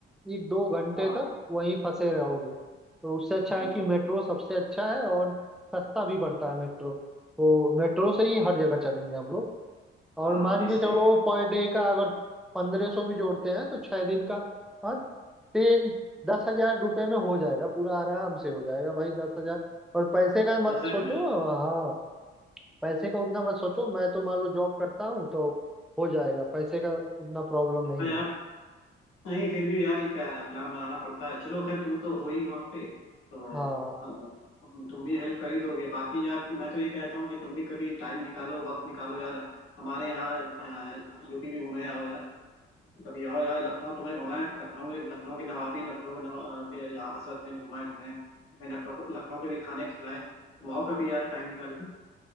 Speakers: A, in the centre; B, on the left (about 85°).
A: एक दो घंटे
B: हाँ
A: तक
B: हाँ
A: वहीं फंसे रहोगे तो उससे अच्छा
B: हम्म,
A: है कि
B: हम्म,
A: मेट्रो सबसे अच्छा है और सस्ता भी पड़ता है मेट्रो तो मेट्रो से ही हर जगह चलेंगे हम लोग और
B: हाँ हानिस
A: मान के
B: सही
A: चलो
B: है
A: पर डे का अगर पंद्रह सौ भी जोड़ते हैं तो छह दिन का हाँ तीन दस हजार रुपये में हो जाएगा पूरा आराम से हो जाएगा भाई दस हजार और पैसे का मत
B: दशहर
A: सोचो
B: में
A: हाँ पैसे का उतना मत सोचो मैं तो मान लो जॉब करता हूँ तो हो जाएगा पैसे का उतना प्रॉब्लम नहीं
B: हाँ यार
A: है
B: नहीं फिर भी यार एक प्लान बनाना पड़ता है चलो खैर तुम तो हो ही वहाँ पे तो हाँ,
A: हाँ
B: तुम तुम भी हेल्प कर ही दोगे बाकी यार मैं तो ये कहता हूँ कि तुम भी कभी टाइम निकालो वक्त निकालो यार हमारे यहाँ यूपी भी घूमने आओ यार कभी आओ यार लखनऊ तुम्हें घुमाएं लखनऊ लखनऊ की नवाबी लखनऊ के नवा अ, के यहाँ हजरतगंज घुमाएं तुम्हें तुम्हें लखनऊ लखनऊ के भी खाने खिलाएं तुम आओ कभी यार टाइम निकाल के